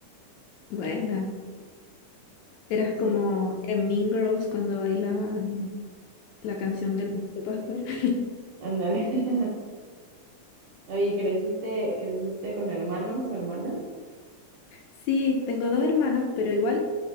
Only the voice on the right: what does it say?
Sí.
Ándale. <laughs> Oye, ¿creciste, creciste con hermanos o hermanas?